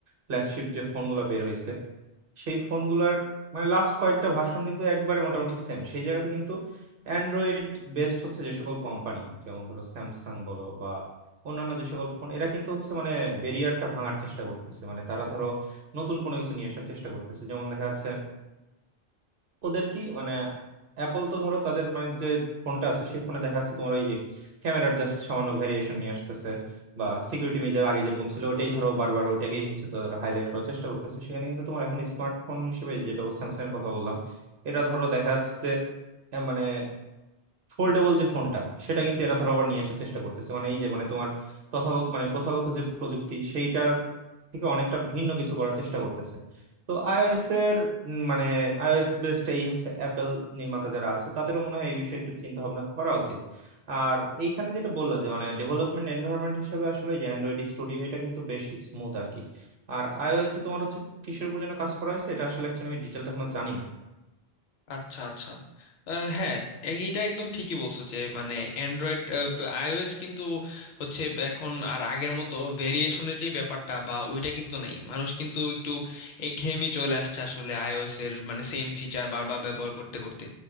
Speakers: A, on the right; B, on the left.
A: ফ্ল্যাগশিপ যে ফোনগুলো বের হয়েছে সেই ফোনগুলার মানে লাস্ট কয়েকটা ভার্সন কিন্তু একবারে মোটামুটি সেম সেই জায়গাতে কিন্তু অ্যান্ড্রয়েড বেসড হচ্ছে যে সকল কোম্পানি যেমন ধরো স্যামসাং বলো বা অন্যান্য যে সকল ফোন এরা কিন্তু হচ্ছে মানে ব্যারিয়ারটা ভাঙার চেষ্টা করতেছে মানে তারা ধরো নতুন কোনো কিছু নিয়ে আসার চেষ্টা করতেছে যেমন দেখা যাচ্ছে ওদের কি মানে অ্যাপল তো ধরো তাদের মানে যে ফোনটা আছে সেই ফোনে দেখা যাচ্ছে তোমার ওই যে ক্যামেরার জাস্ট সামান্য ভ্যারিয়েশন নিয়ে আসতেছে বা সিকিউরিটি মেজার আগে যেরকম ছিল ওটাই ধরো বারবার ওইটাকেই হচ্ছে তারা হাইলাইট করার চেষ্টা করতেছে সেখানে কিন্তু তোমার এখন স্মার্টফোন হিসেবে যেটা স্যামসাং এর কথা বললাম এটা ধরো দেখা যাচ্ছে যে হ্যাঁ, মানে ফোল্ডেবল যে ফোনটা সেটা কিন্তু এরা ধরো আবার নিয়ে আসার চেষ্টা করতেছে মানে এই যে মানে তোমার তথাগত মানে প্রথাগত যে প্রযুক্তি সেইটার থেকে অনেকটা ভিন্ন কিছু করার চেষ্টা করতেছে তো আইওএস এর উম, মানে আইওএস বেসড এই হচ্ছে অ্যাপেল নির্মাতা যারা আছে তাদেরও মনে হয় এই বিষয়ে একটু চিন্তা ভাবনা করা উচিত আর এইখানে যেটা বললা যে মানে ডেভেলপমেন্ট এনভায়রনমেন্ট হিসেবে আসলে যে অ্যান্ড্রয়েড স্টুডিও এটা কিন্তু বেশ স্মুথ আর কি আর আইওএস এ তোমার হচ্ছে কিসের উপর যেন কাজ করা হয়েছে এটা আসলে অ্যাকচুয়ালি আমি ডিটেলটা এখনো জানি না
B: আচ্ছা আচ্ছা আহ, হ্যাঁ এইটা একদম ঠিকই বলছো যে মানে অ্যান্ড্রয়েড আইওএস কিন্তু হচ্ছে এখন আর আগের মতো ভেরিয়েশনের যে ব্যাপারটা বা ওইটা কিন্তু নাই মানুষ কিন্তু একটু একঘেয়েমি চলে আসছে আসলে আইওএস এর মানে সেম ফিচার বারবার ব্যবহার করতে করতে